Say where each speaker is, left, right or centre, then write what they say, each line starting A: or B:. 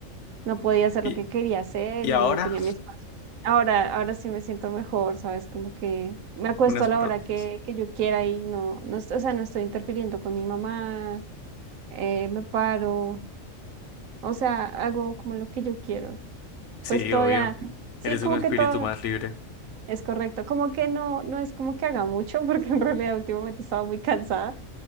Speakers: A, on the right; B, on the left.
A: no podía hacer
B: y,
A: lo que quería hacer
B: y
A: y
B: ahora,
A: no tenía mi espacio. Ahora, ahora sí me siento mejor, ¿sabes? Como que me acuesto
B: unas
A: a la
B: por
A: hora
B: otras.
A: que, que yo quiera y no, no, est- o sea, no estoy interfiriendo con mi mamá, eh, me paro, o sea, hago como lo que yo quiero.
B: Sí,
A: Pues todavía,
B: obvio.
A: sí,
B: Eres
A: como
B: un espíritu
A: que todo
B: más libre.
A: es correcto, como que no, no es como que haga mucho, <laughs> porque en realidad últimamente estaba muy cansada